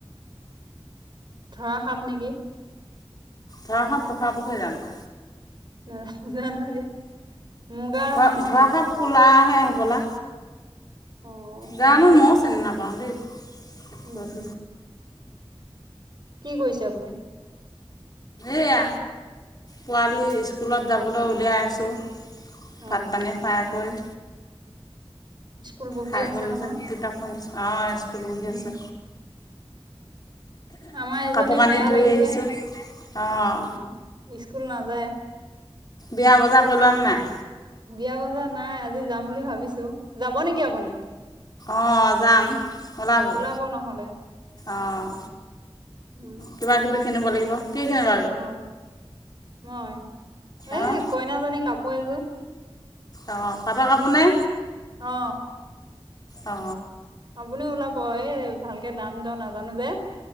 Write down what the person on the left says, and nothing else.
ধৰা সাপ পখৰা-পখৰী জানো?
ধ
ধৰা সাপ ক'লাহে হ'বলা।
জানো
মইয়ো চিনি নাপাওঁ দেই।
এইয়া পোৱালি স্কুলত যাবলৈ উলিয়াই আছোঁ।
ভাত পানী খোৱাইকৈ।
খাই
বৈ লৈছে
কিতাপখন, অ স্কুল বহি
আছে।
কাপোৰ কানি
ধুই
আহিছোঁ অঁ
বিয়া বজাৰ কৰিলানে নাই?
অঁ যাম ওলাবই,
অঁ।
কিবা কিবি কিনিব লাগিব। কি কিনব?
অঁ
অ পাটৰ কাপোৰ নে?
অ।